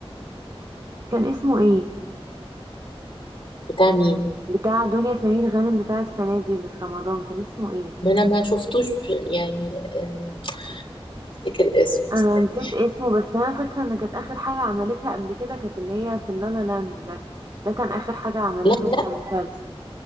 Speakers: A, on the right; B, on the left.
A: كان اسمه ايه
B: بتاع مين
A: بتاع دنيا سمير غانم بتاع السنة دي اللي في رمضان كان اسمه ايه
B: ما أنا ما شفتوش يعني أم، أفتكر اسمه
A: انا
B: استني
A: نسيت اسمه بس انا فاكرة ان كانت اخر حاجة عملتها قبل كده كانت اللي هي في اللالا لاند ده ده كان اخر حاجة عملته
B: لا لا
A: كمسلسل